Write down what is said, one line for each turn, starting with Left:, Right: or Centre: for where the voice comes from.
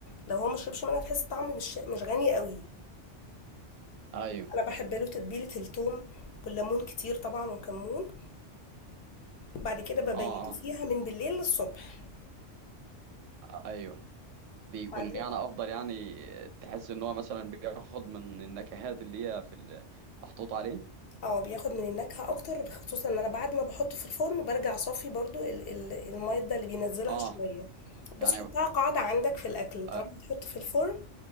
Left: لو هو مشربش منها هتحس الطعم مش مش غني قوي
Right: ايوه
Left: انا بحب له تتبيلة الثوم والليمون كتير طبعا وكمون بعد كده ببيته
Right: اه
Left: فيها من بالليل للصبح
Right: اه ايوه بيكون
Left: بعدين
Right: يعني افضل يعني تحس ان هو مثلا بياخد من النكهات اللي هي في ال- محطوط عليه
Left: اه بياخد من النكهة اكتر خصوصا ان انا بعد ما بحطه في الفرن برجع صافي برضو ال- ال- المايدة اللي بينزلها
Right: اه
Left: شوية بس
Right: يعني
Left: حطها قاعدة عندك في الاكل طالما
Right: آه،
Left: بتحط في الفرن